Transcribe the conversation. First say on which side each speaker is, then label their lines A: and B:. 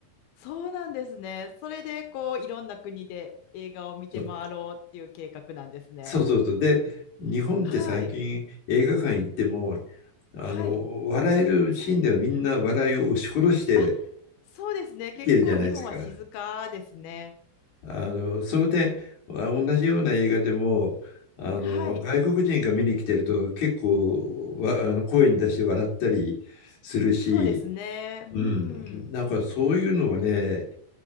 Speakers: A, on the left; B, on the left.
A: そうなんですね。それで、こう、いろんな国で映画を見て回ろうっていう計画なんですね。
B: そうそうそうそう。で、日本って最近映画館行っても、
A: はい、
B: あの、
A: はい。
B: 笑えるシーンではみんな笑いを押し殺して
A: あ、そうですね。
B: 見てるじゃないですか。
A: 結構日本は静かですね。
B: あの、その点、あ同じような映画でも、あの、
A: はい、
B: 外国人が見に来てると結構わ、あの、声に出して笑ったりするし、
A: そうですね。うん、
B: うん、なんかそういうのをね、